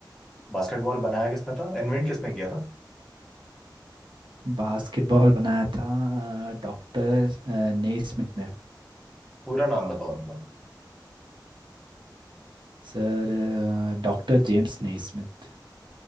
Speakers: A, in the centre; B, on the right.
A: बास्केटबॉल बनाया किसने था इन्वेंट किसने किया था
B: Basketball बनाया था डॉक्टर नेस्मिथ ने
A: पूरा नाम बताओ उनका
B: Sir doctor James Naismith